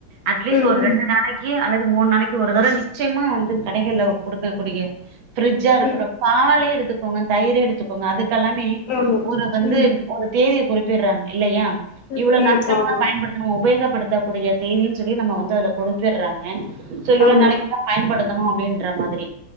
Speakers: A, on the right; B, on the left.
A: அட்லீஸ்ட்
B: ம்
A: ஒரு
B: ம்
A: ரெண்டு நாளைக்கு அல்லது மூணு நாளைக்கு ஒரு தடவ நிச்சயமா வந்து கடைகள்ல குடுக்க கூடிய பிரரிட்ஜா இருக்கட்டும்
B: ம்
A: பாலே எடுத்துக்கோங்க தயிர் எடுத்து க்கோங்க அதுக்கெல்லாமே
B: ஆமா
A: ஒரு வந்து
B: ம்
A: ஒரு தேதிய குறிப்பிடுறாங்க இல்லயா
B: ம்
A: இவ்வளோ
B: ம்
A: நாட்கள்
B: ஆமா
A: தான் பயன்படுத்த நம்ம உபயோகப்படுத்தக்க கூடிய தேதின்னு சொல்லி நம்ம வந்து அதுல கொடுத்துடுறாங்க சோ இவ்ளவு
B: ஆமா
A: நைக்கு பயன்படுத்தணும் அப்டின்ற மாதிரி